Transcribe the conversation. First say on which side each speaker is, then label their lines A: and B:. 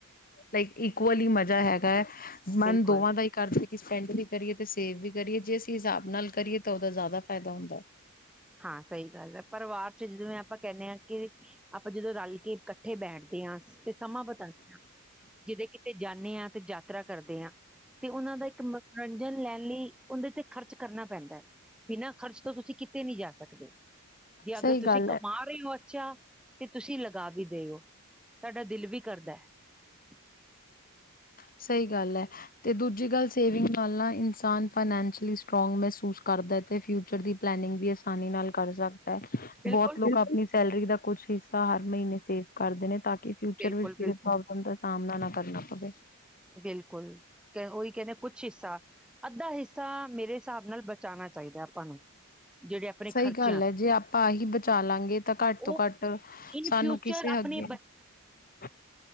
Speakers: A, on the left (about 40°); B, in the centre.
A: ਲਾਈਕ ਇਕਵਲੀ ਮਜ਼ਾ ਹੈਗਾ। ਕੈਸ਼ <unintelligible> ਮਨ
B: ਬਿਲਕੁਲ
A: ਦੋਵਾਂ ਦਾ ਹੀ ਕਰਦਾ। ਸਪੈਂਡ ਵੀ ਕਰੀਏ ਤੇ ਸੇਵ ਵੀ ਕਰੀਏ, ਜੇ ਅਸੀਂ ਹਿਸਾਬ ਨਾਲ ਕਰੀਏ ਤਾਂ ਉਹਦਾ ਜ਼ਿਆਦਾ ਫਾਇਦਾ ਹੁੰਦਾ।
B: ਹਾਂ, ਸਹੀ ਗੱਲ ਹੈ। ਪਰਿਵਾਰ ਚ ਜਿਵੇਂ ਆਪਾਂ ਕਹਿੰਦੇ ਹਾਂ ਕਿ ਆਪਾਂ ਜਦੋਂ ਰਲ ਕੇ ਇਕੱਠੇ ਬੈਠਦੇ ਹਾਂ ਤੇ ਸਮਾਂ ਬਿਤਾਦੇ ਆ, ਜਦੋਂ ਕਿਤੇ ਜਾਂਦੇ ਹਾਂ ਤੇ ਯਾਤਰਾ ਕਰਦੇ ਹਾਂ ਤੇ ਉਹਨਾਂ ਦਾ ਇੱਕ ਮਨੋਰੰਜਨ ਲੈਣ ਲਈ ਉਹਦੇ ਤੇ ਖਰਚ ਕਰਨਾ ਪੈਂਦਾ ਹੈ। ਬਿਨਾਂ ਖਰਚ ਤੋਂ ਤੁਸੀਂ ਕਿਤੇ। ਨਹੀਂ ਜਾ ਸਕਦੇ। ਜੇ ਅਗਰ
A: ਸਹੀ
B: ਤੁਸੀਂ
A: ਗੱਲ
B: ਕਮਾ
A: ਐ
B: ਰਹੇ ਹੋ, ਛਾ ਤੇ ਤੁਸੀਂ ਲਗਾ ਵੀ ਦਿਓ ਤੁਹਡਾ ਦਿਲ ਵੀ ਕਰਦਾ ਹੈ।
A: ਸਹੀ ਗੱਲ ਹੈ, ਤੇ ਦੂਜੀ ਗੱਲ ਸੇਵਿੰਗ ਪਹਿਲਾ ਇਨਸਾਨ ਫਾਈਨੈਂਸ਼ਲੀ ਸਟਰੋਂਗ ਮਹਿਸੂਸ ਕਰਦਾ ਅਤੇ ਫਿਊਚਰ ਦੀ ਪਲੈਨਿੰਗ ਵੀ ਆਸਾਨੀ ਨਾਲ ਕਰ ਸਕਦਾ
B: ਬਿਲਕੁਲ
A: ਬਹੁਤ ਲੋਕ ਆਪਣੀ ਸੈਲਰੀ ਦਾ ਕੁਛ ਹਰ ਮਹੀਨੇ ਸੇਫ ਕਰਦੇ ਨੇ ਤਾਂ ਕਿ ਫਿਊਚਰ
B: ਬਿਲਕੁਲ
A: ਵਿੱਚ
B: ਬਿਲਕੁਲ
A: ਪ੍ਰੋਬਲਮ ਦਾ ਸਾਹਮਣਾ ਨਾ ਕਰਨਾ ਪਵੇ
B: ਬਿਲਕੁਲ ਉਹੀ ਕਹਿੰਦੇ ਕੁਝ ਹਿੱਸਾ ਅੱਧਾ ਹਿੱਸਾ ਮੇਰੇ ਹਿਸਾਬ ਨਾਲ ਬਚਾਉਣਾ ਚਾਹੀਦਾ ਆਪਾਂ ਨੂੰ ਜਿਹੜੇ ਆਪਣੇ
A: ਸਹੀ
B: ਖਰਚਿਆਂ
A: ਗੱਲ
B: ਤੋਂ।
A: ਹੈ ਜੇ ਆਪਾਂ ਆਹੀ ਬਚਾ ਲਾਂਗੇ ਤਾਂ ਘੱਟ ਤੋਂ
B: ਉਹ
A: ਘੱਟ
B: ਇਨ
A: ਸਾਨੂੰ
B: ਫਿਊਚਰ
A: ਕਿਸੇ
B: ਆਪਣੇ
A: ਅੱਗੇ ਹੱਥ ਨਹੀਂ ਕਰਨ ਪੇਗਾ